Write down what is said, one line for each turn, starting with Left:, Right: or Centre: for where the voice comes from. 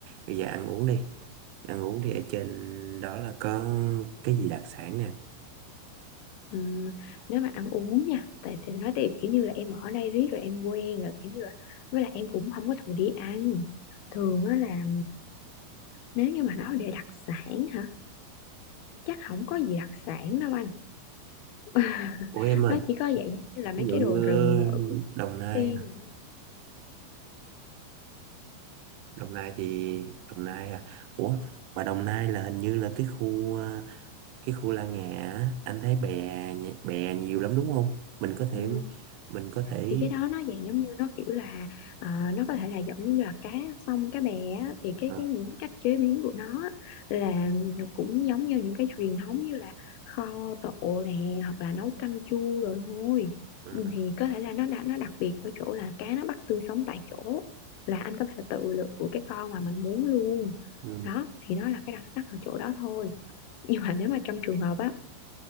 Right: bây giờ ăn uống đi ăn uống thì ở trên đó là có cái gì đặc sản nè
Left: Ừm, nếu mà ăn uống nha tại thì nói tiếp kiểu như là em ở đây riết rồi em quen rồi kiểu như là với lại em cũng không có thường đi ăn thường á là nếu như mà nói để đặc sản hả chắc không có gì đặc sản đâu anh <laughs>
Right: Ủa em ơi
Left: nó chỉ có dạng giống như là mấy
Right: ví dụ
Left: cái
Right: như
Left: đồ rừng ở khu vực
Right: Đồng
Left: Cát
Right: Nai
Left: Tiên
Right: hả?
Left: rồi
Right: Đồng Nai thì Đồng Nai à Ủa mà Đồng Nai là hình như là cái khu ờ, cái khu La Ngà á, anh thấy bè bè nhiều lắm đúng không mình có thể
Left: Ừ.
Right: mình có thể
Left: thì cái đó nó dạng giống như nó kiểu là ờ, nó có thể là giống như là cá sông cá bè á, thì cái
Right: ờ,
Left: cái những cái cách chế biến của nó á là nó cũng giống như những cái truyền thống như là kho tộ nè hoặc là nấu canh chua rồi thôi
Right: ừ.
Left: Ừ, thì
Right: ừ.
Left: có thể là nó đã nó đặc biệt ở chỗ là cá nó bắt tươi sống tại chỗ là anh có thể tự lựa của cái con mà mình muốn luôn
Right: Ừ,
Left: đó thì nó là cái đặc sắc ở chỗ đó thôi nhưng mà nếu mà trong trường hợp á